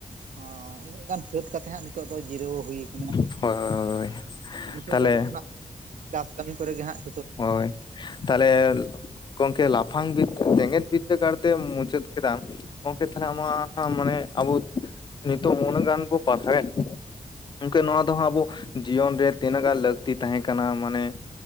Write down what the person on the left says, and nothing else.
ᱦᱳᱭ ᱦᱳ ᱦᱳᱭ
ᱛᱟᱦᱞᱮ
ᱦᱳᱭ ᱛᱟᱦᱞᱮ ᱜᱚᱝᱠᱮ ᱞᱟᱯᱷᱟᱝ ᱵᱤᱫᱽᱫᱟᱹ ᱡᱮᱜᱮᱫ ᱵᱤᱫᱽᱫᱟᱹᱜᱟᱲ ᱛᱮᱢ ᱢᱩᱪᱟᱹᱫ ᱠᱮᱫᱟᱢ ᱚᱝᱠᱮ ᱛᱟᱦᱞᱮ ᱟᱢᱟᱜ ᱢᱟᱱᱮ ᱟᱵᱚ ᱱᱤᱛᱚᱜ ᱩᱱᱟᱹᱜ ᱜᱟᱱ ᱵᱚ ᱯᱟᱲᱦᱟᱣᱮᱫ ᱚᱝᱠᱮ ᱱᱚᱣᱟ ᱫᱚ ᱦᱟᱸᱜ ᱟᱵᱚ ᱡᱤᱭᱚᱱ ᱨᱮ ᱛᱤᱱᱟᱹᱜ ᱜᱟᱱ ᱞᱟᱹᱠᱛᱤ ᱛᱟᱦᱮᱸ ᱠᱟᱱᱟ ᱢᱟᱱᱮ